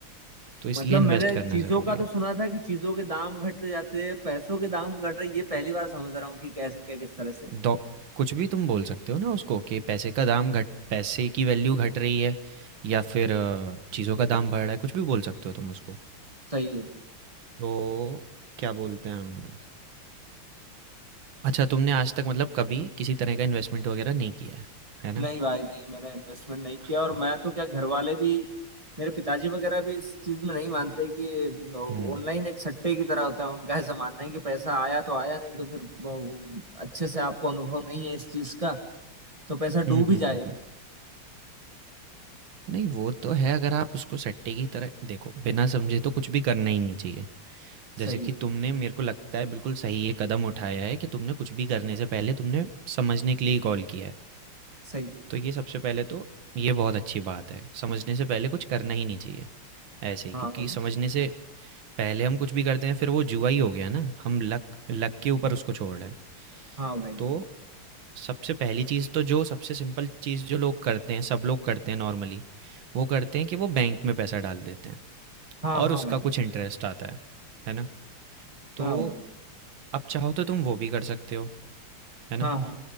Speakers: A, on the right; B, on the right.
A: तो इसलिए
B: मतलब
A: इन्वेस्ट
B: मैंने
A: करना
B: चीजों
A: ज़रूरी
B: का तो
A: है
B: सुना था कि चीजों के दाम घटते जाते हैं पैसों के दाम घट रहे ये पहली बार समझ रहा हूँ कि कैसे क्या किस तरह से
A: डॉ कुछ भी तुम बोल सकते हो ना उसको कि पैसे का दाम घट पैसे की वैल्यू घट रही है या फिर अ, चीज़ों का दाम बढ़ रहा है कुछ भी बोल सकते हो तुम उसको
B: सही है
A: तो क्या बोलते हैं हम अच्छा तुमने आज तक मतलब कभी किसी तरह का इन्वेस्टमेंट वगैरह नहीं किया है है ना
B: नहीं भाई नहीं मैंने इन्वेस्टमेंट नहीं किया
A: हाँ
B: और मैं तो क्या घर वाले भी मेरे पिताजी वगैरह भी इस चीज में नहीं मानते कि
A: हम्म
B: ऑनलाइन एक सट्टे की तरह होता है उनका ऐसा मानना है कि पैसा आया तो आया नहीं तो फिर वो- अच्छे से आपको अनुभव नहीं है इस चीज का तो पैसा
A: हम्म
B: डूब ही
A: हम्म
B: जाएगा
A: हम्म, हम्म। नहीं वो तो है अगर आप उसको सट्टे की तरह देखो बिना समझे तो कुछ भी करना ही नहीं चाहिए
B: सही
A: जैसे कि
B: है
A: तुमने मेरे को लगता है बिल्कुल सही ये कदम उठाया है कि तुमने कुछ भी करने से पहले तुमने समझने के लिए कॉल किया है
B: सही
A: तो ये सबसे पहले तो ये बहुत अच्छी बात है। समझने से पहले कुछ करना ही नहीं चाहिए, ऐसे ही
B: हाँ
A: क्योंकि
B: भाई
A: समझने से पहले हम कुछ भी करते हैं फिर वो जुआ ही हो गया ना, हम लक लक के ऊपर उसको छोड़ रहे हैं।
B: हाँ भाई
A: तो सबसे पहली चीज़ तो जो सबसे सिंपल चीज़ जो लोग करते हैं, सब लोग करते हैं नॉर्मली, वो करते हैं कि वो बैंक में पैसा डाल देते हैं
B: हाँ
A: और
B: हाँ
A: उसका
B: भाई
A: कुछ इंटरेस्ट आता है, है ना? तो
B: हाँ भाई
A: अब चाहो तो तुम वो भी कर सकते हो, है ना?
B: हाँ हाँ